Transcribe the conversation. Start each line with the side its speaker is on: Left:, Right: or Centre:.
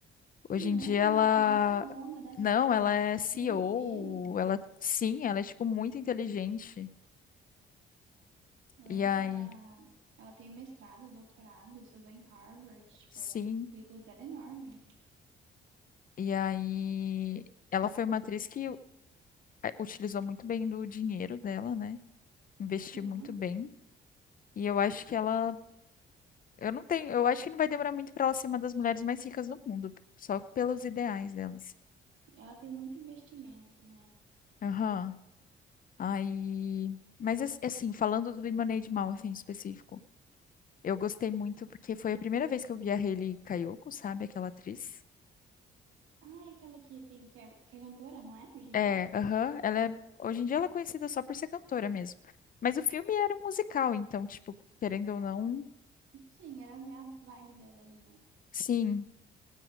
Left: Hoje
Right: Não,
Left: em dia
Right: ela
Left: ela.
Right: é tipo uma fadona da,
Left: Não,
Right: da,
Left: ela é CEO.
Right: de uma empresa.
Left: Ela. Sim, ela é, tipo, muito inteligente.
Right: Eu lembro
Left: E aí.
Right: que ela, ela tem mestrado, doutorado, estudou em Harvard, tipo,
Left: Sim.
Right: o currículo dela é enorme.
Left: E aí. Ela foi uma atriz que eh, utilizou muito bem do dinheiro dela, né? Investiu
Right: Sim,
Left: muito bem. E eu acho que ela Eu não tenho, eu acho que não vai demorar muito pra ela ser uma das mulheres mais ricas do mundo, só pelos ideais delas.
Right: ela tem muito investimento, né?
Left: Aham. Aí, mas ass- assim, falando do Lemonade Mouth assim, em específico, eu gostei muito porque foi a primeira vez que eu vi a Hayley Kiyoko, sabe, aquela atriz?
Right: Ah, é aquela que tem, que é, que é cantora, não é? Hoje em
Left: É,
Right: dia?
Left: aham, ela é, hoje em dia ela é conhecida só por ser cantora mesmo. Mas o filme era um musical, então, tipo, querendo ou não,
Right: Sim, era a minha vibe dela ali, né?
Left: sim.